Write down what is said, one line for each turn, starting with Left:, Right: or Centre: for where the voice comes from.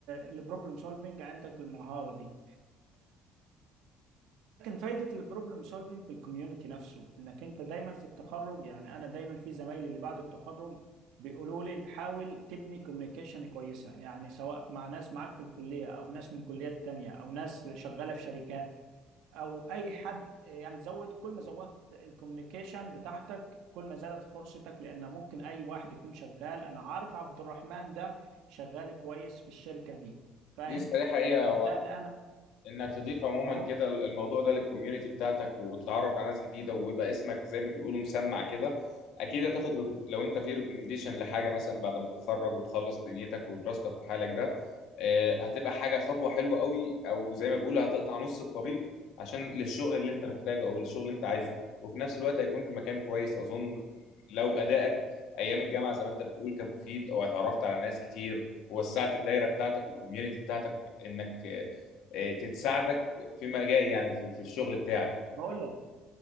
Right: البروبلم سولفنج عندك المهاره دي لكن فايدة البروبلم سولفينج في الكوميونتي نفسه انك انت دايما في التخرج يعني انا دايما في زمايلي اللي بعد التخرج بيقولوا لي حاول تبني كوميونيكيشن كويسة يعني سواء مع ناس معاك في الكلية او ناس من كليات تانية او ناس شغالة في شركات او اي حد يعني زود كل ما زودت الكوميونيكيشن بتاعتك كل ما زادت فرصتك لان ممكن اي واحد يكون شغال انا عارف عبد الرحمن ده شغال كويس في الشركة دي فاهم
Left: دي صحيحه حقيقه
Right: فبالتالي انا
Left: انك تضيف عموما
Right: اهو
Left: كده الموضوع ده للكوميونتي بتاعتك وتتعرف على ناس جديده ويبقى اسمك زي ما بيقولوا مسمع كده اكيد هتاخد ريكو... لو انت في ريكومنديشن لحاجه مثلا بعد ما تتخرج وتخلص دنيتك ودراستك وحالك ده آه، هتبقى حاجه خطوه حلوه قوي او زي ما بيقولوا هتقطع نص الطريق عشان للشغل اللي انت محتاجه او للشغل اللي انت عايزه وفي نفس الوقت هيكون في مكان كويس اظن لو ادائك ايام الجامعه زي ما انت بتقول كان مفيد او اتعرفت على ناس كتير ووسعت الدايره بتاعتك والكوميونتي بتاعتك انك آه، تساعدك فيما جاي يعني في, في الشغل بتاعك
Right: بقول لك